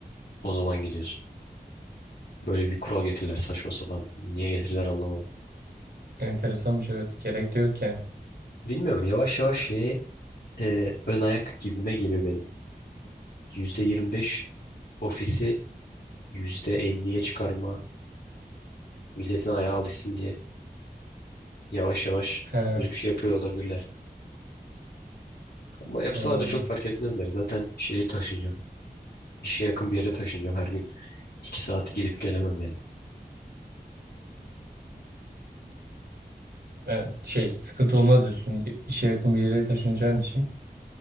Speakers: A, on the left; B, on the right.
A: O zaman gidiyorsun. Böyle bir kural getirirler saçma sapan. Niye getirirler anlamadım.
B: Enteresanmış evet. Gerek de yok yani.
A: Bilmiyorum yavaş yavaş şeye e, ön ayak gibime geliyor benim. yüzde yirmi beş ofisi yüzde elliye çıkarma milletin ayağı alışsın diye yavaş yavaş
B: He,
A: böyle bir şey yapıyor olabilirler. Ama yapsalar
B: anladım.
A: da çok fark etmezler. Zaten şeye taşınacağım. İşe yakın bir yere taşınacağım her gün. 2 saati gidip gelemem yani.
B: Evet, şey sıkıntı olmaz diyorsun. İşe yakın bir yere taşınacağın için